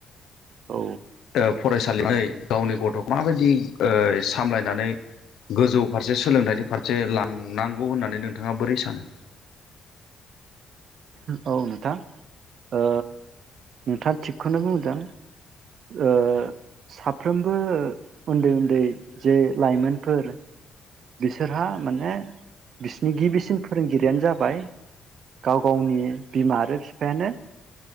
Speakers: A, on the right (about 65°); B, on the left (about 75°).
A: औ
B: ओ फरायसालि <unintelligible> गावनि गथ'खौ माबायदि ओ सामलायनानै गोजौ फारसे सोलोंथाइनि फारसे लांनां गौ होननानै नोंथाङा बोरै सानो?
A: औ नोंथां ओ नोंथाङा थिगखौनो बुंदों ओ साफ्रोमबो उन्दै उन्दै जे लाइमोनफोर बिसोरहा माने बिसिनि गिबिसिन फोरोंगिरियानो जाबाय गाव गावनि बिमा आरो बिफायानो